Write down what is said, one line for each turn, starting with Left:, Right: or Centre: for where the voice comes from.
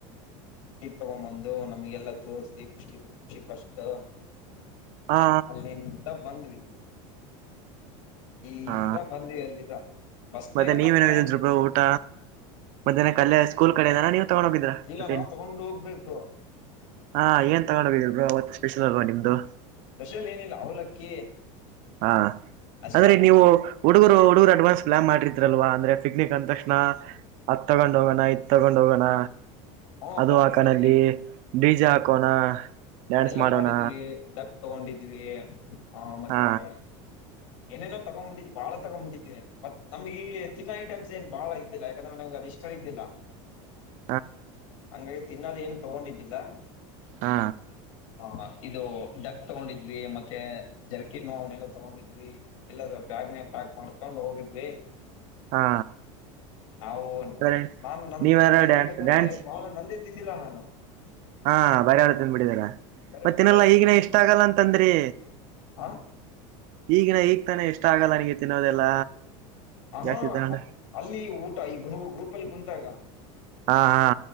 Left: ಟಿಕೆಟ್ ತಗೊಂಬಂದು ನಮ್ಗೆಲ್ಲ ತೋರ್ಸಿ ಖುಷಿ ಖುಷಿ ಫಸ್ಟ್.
Right: ಹಾ
Left: ಅಲ್ಲಿಂದ ಬಂದ್ವಿ ಈ
Right: ಹಾ
Left: ಇದ ಬಂದ ಅಲ್ಲಿ ಬಸ್ನ
Right: ಮತ್ತೆ
Left: ಬಾರಿ ಕಾಮಿಡಿ.
Right: ಊಟ ಮದ್ಯಾಹ್ನಕ್ಕೆ ಅಲ್ಲೇ ಸ್ಕೂಲ್ ಕಡೆದಾರ ನೀವ್ ತಗೊಂಡ್ ಹೋಗಿದಿರ
Left: ಇಲ್ಲ
Right: ಟಿಫಿನ್.
Left: ನಾವ್ ತಗೊಂಡ್ ಹೋಗ್ಬೇಕು
Right: ಹಾ ಏನ್ ತಗೊಂಡು ಹೋಗಿದ್ರಿ ಬ್ರೋ ಅವತ್ ಸ್ಪೆಷಲ್ವಾ ನಿಮ್ದು.
Left: ಸ್ಪೆಷಲ್ ಏನಿಲ್ಲ ಅವಲಕ್ಕಿ.
Right: ಹಾ
Left: ಅಷ್ಟೇ
Right: ಅಂದ್ರೆ
Left: ನಾ
Right: ನೀವು ಹುಡುಗರು ಹುಡುಗರು ಅಡ್ವಾನ್ಸ್ ಪ್ಲಾನ್ ಮಾಡಿತಿರಲ್ವಾ ಅಂದ್ರೆ ಪಿಕ್ನಿಕ್ ಅಂತ. ಹತ್ ತಗೊಂಡ್ ಹೋಗೋಣ ಇತ್ ತಗೊಂಡ್ ಹೋಗೋಣ
Left: ಹ್ಮ
Right: ಅದು
Left: ಪ್ಲಾನ್
Right: ಆಕನಲ್ಲಿ.
Left: ಮಾಡಿದ್ವಿ
Right: ಡಿಜಾ ಹಾಕೋಣ ಡ್ಯಾನ್ಸ್
Left: ಎಲ್ಲ
Right: ಮಾಡೋಣ
Left: ಮಾಡಿದ್ವಿ ಡಕ್ ತಗೊಂಡಿದ್ವಿ ಆ ಮತ್ತೆ.
Right: ಹಾ
Left: ಏನೇನೋ ತಗ್ಬಿಟ್ಟಿದ್ವಿ ಬಾಳ ತಕೊಂದಿವಿ ಮತ್ ನಮ್ಗ ತಿನ್ನ ಐಟಮ್ಸ್ ಏನ್ ಇದ್ದಿಲ್ಲ ಯಾಕಂದ್ರ ನಂಗೆ. ಇಷ್ಟ ಇದ್ದಿಲ್ಲ
Right: <inaudible>
Left: ಹಂಗಾಗಿ ತಿನ್ನದ ಏನು ತೊಗೊಂಡಿದ್ದಿಲ್ಲಾ.
Right: ಹಾ
Left: ಹ ಇದು ಡಕ್ ತಗೊಂಡಿದ್ವಿ ಮತ್ತೆ ಜರ್ಕಿನೋ ಅವನ್ನೆಲ್ಲ ತಗೊಂಡಿದ್ವಿ. ಇಲ್ಲದ ಬ್ಯಾಗ್ನೆೇ ಪ್ಯಾಕ್ ಮಾಡ್ಕೊಂಡ್ ಹೋಗಿದ್ವಿ.
Right: ಹಾ
Left: ನಾವು
Right: ಅದ್ರೆ
Left: ನಾನ ನಮ್ದು
Right: ನೀವ್ಯಾರ
Left: ಹೆಂಗೆ
Right: ಡ್ಯಾನ್ಸ್
Left: ಆಯ್ತು ಅಂತದ್ರೆ
Right: ಡ್ಯಾನ್ಸ್
Left: ಬಾಳ ನಂದೇ. ತಿಂದಿಲ್ಲ ನಾನು
Right: ಹಾ ಬೇರೆಯವರ ತಿಂದುಬಿಟ್ಟಿದ್ದರೆ
Left: ಬರ
Right: ಮತ್ತೆ ತಿನಲ್ಲ
Left: ಬೇರೆಯವ್ರ್ದ
Right: ಈಗಿನ
Left: ತಿಂದ್ಬಿಟ್ಟಿದ್ದೆ
Right: ಇಷ್ಟ ಆಗಲ್ಲ ಅಂತಂದ್ರಿ.
Left: ಹ
Right: ಈಗಿನ ಈಗ್ ತಾನೆ ಇಷ್ಟ ಆಗಲ್ಲ ನನಗೆ ತಿನ್ನೋದೆಲ್ಲ
Left: ಹ
Right: ಜಾಸ್ತಿ
Left: ಹಾ
Right: ತಗೊಂಡ
Left: ಅಲ್ಲಿ ಊಟ ಈ ಗು ಗ್ರೂಪ ಅಲ್ಲಿ ಕೊಂತಾಗ
Right: ಹಾ ಹಾ